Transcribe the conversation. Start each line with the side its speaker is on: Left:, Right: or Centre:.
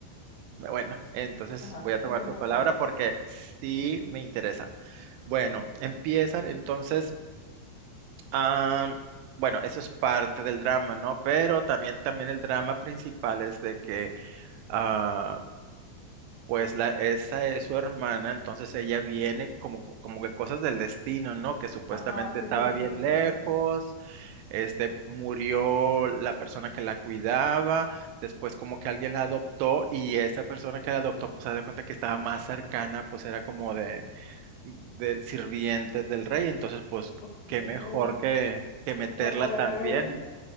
Right: bueno, entonces
Left: Ajá,
Right: voy a tomar
Left: continúa.
Right: tu palabra
Left: continúa.
Right: porque sí me interesa. Bueno, empiezan entonces. Ah, bueno, eso es parte del drama, ¿no? Pero también, también el drama principal es de que, ah, pues la, esa es su hermana, entonces ella viene como, como que cosas del destino, ¿no? Que supuestamente
Left: Ajá, sí,
Right: estaba
Left: se la encontró
Right: bien lejos,
Left: ahí.
Right: este, murió la persona que la cuidaba, después como que alguien la adoptó y esa persona que la adoptó, pues se da cuenta que estaba más cercana, pues era como de del sirvientes del rey, entonces pues
Left: Ok,
Right: qué
Left: que
Right: mejor que, que meterla
Left: fue a parar
Right: también.
Left: ahí.